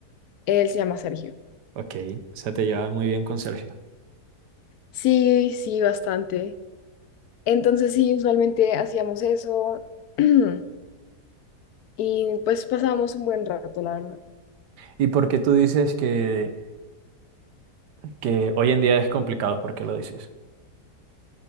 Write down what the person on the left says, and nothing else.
Él se llama Sergio.
Sí, sí, bastante. Entonces, sí, usualmente hacíamos eso. <clears throat> Y pues pasábamos un buen rato, la verdad.